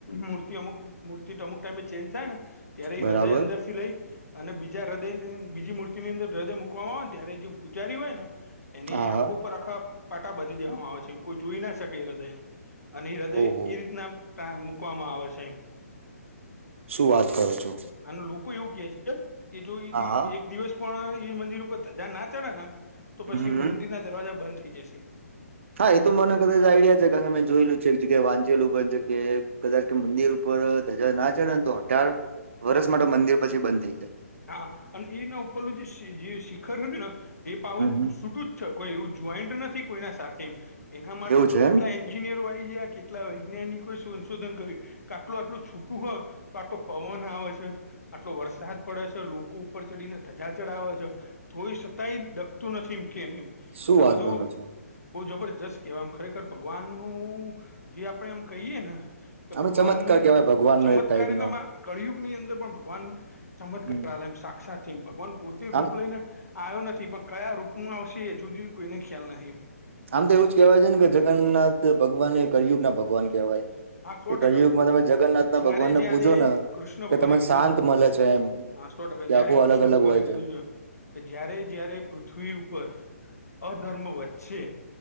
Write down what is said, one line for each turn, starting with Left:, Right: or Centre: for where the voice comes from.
Left: મૂર્તિ અમુક. મૂર્તિ તો અમુક ટાઈમે ચેન્જ થાય ને ત્યારે
Right: બરાબર
Left: હૃદય અંદરથી લઈ. અને બીજા હૃદય બીજી મૂર્તિની અંદર હૃદય મૂકવામાં આવે ને ત્યારે જે પૂજારી હોય ને. એની
Right: હા
Left: આખો
Right: હા
Left: ઉપર આખા પાટા બધી દેવામાં આવે છે, કોઈ જોઈ ના શકે એ હૃદયને અને હૃદય
Right: ઓહો
Left: એ રીતના <unintelligible> મૂકવામાં આવે છે, એમ.
Right: શું વાત કરો છો?
Left: અને લોકો એવું કે છે, કે જો એ
Right: હા હા
Left: એક દિવસ પણ એ મંદિર ઉપર ત જ્યાં ના ચડે ને તો પછી
Right: હમ
Left: મંદિર ના દરવાજા બંધ થઈ જશે.
Right: હા એ તો મને કદાચ આઈડિયા છે, કારણ કે મેં જોયેલું છે, એક જગ્યાએ વાંચેલું પણ છે, કે કદાચ કે મંદિર ઉપર ધજા ના ચડે ને તો અઢાર <unintelligible> માટે મંદિર પછી બંધ થઈ જાય.
Left: હા અને એના ઉપરલું જે શિખરું ને એ પાવું
Right: હમ હમ
Left: છૂટું કોઈ એવું જોઈન્ટ નથી કોઈના સાથેમ એના માટે
Right: એવું
Left: તો
Right: છે
Left: કેટલા
Right: એમ
Left: એ એન્જિનિયર હોય આ કેટલા વૈજ્ઞાનિકોએ સંશોધન કર્યું. કે આટલું આટલું છૂટું હોય તો આટલો પવન આવે છે, આટલો વરસાદ પડે છે, લોકો ઉપર ચડીને ધજા ચડાવે છે, થોઈ સતાંય ડકતું નથી એમ કેમ એમ <unintelligible>
Right: શું
Left: આ
Right: વાત
Left: બધું.
Right: કરો છો
Left: બહ જબરજસ્ત કહેવાય આમ ખરેખર ભગવાન નું જે આપણે એમ કહીયએ ને. કે
Right: આમે
Left: ભગવાન
Right: ચમત્કાર
Left: ન
Right: કેવાય ભગવાનનો
Left: ચમત્કાર
Right: એક ટાઈપનો
Left: એટલા કળયુગ ની અંદર પણ ભગવાન. <unintelligible>
Right: હમ
Left: સાક્ષાત છે, ભગવાન પોતે રૂપ
Right: આમ
Left: લઈ. આવ્યો નથી પણ કયા રૂપમાં આવશે એ જુદી કોઈને ખ્યાલ નહી.
Right: આમ તો એવું જ કેહેવાય છે ને કે જગન્નાથ ભગવાન કરિયુગ ના ભગવાન કેહેવાય.
Left: હા સો
Right: એ ક્યુંમાં
Left: ટકા
Right: તમે જગન્નાથ ના
Left: જયારે
Right: ભગવાનને
Left: જયારે
Right: પૂજો ને
Left: કૃષ્ણ
Right: કે
Left: ભગવાને
Right: તમને
Left: કીધું
Right: શાંત
Left: છે
Right: મળે છે એમ.
Left: હા <unintelligible>
Right: કે આખું અલગ
Left: ભગવાનને
Right: અલગ હોય
Left: <unintelligible>
Right: છે
Left: કે જય્યારે જય્યારે પૃથ્વી ઉપર અધર્મ વધશે.